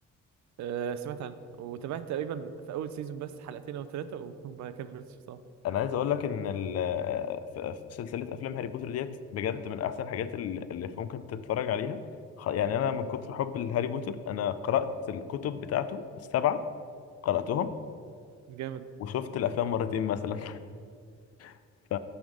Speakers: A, on the right (about 65°); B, on the left (about 55°).
A: أه سمعت عنه وتابعت تقريبا في اول سيزون بس حلقتين او ثلاثه وما كملتش بصراحه
B: انا عايز اقول لك ان ال- في في سلسله افلام هاري بوتر ديت بجد من احسن الحاجات ال- اللي ممكن تتفرج عليها خ- يعني انا من كتر حب لهاري بوتر انا قرات الكتب بتاعته السبعه قراتهم
A: جامد
B: وشفت الافلام مرتين مثلا <laughs> ف